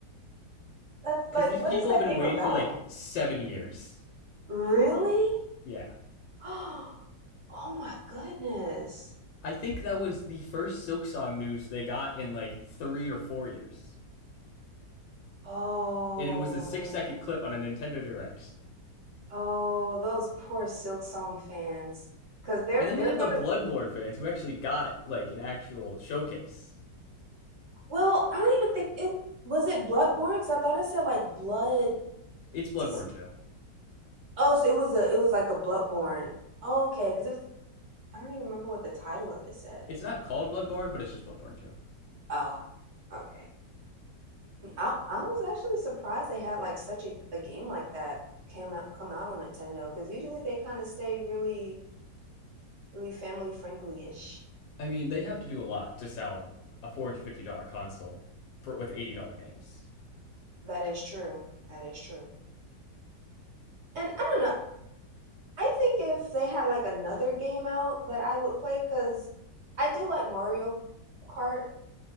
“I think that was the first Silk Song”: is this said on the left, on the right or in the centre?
Left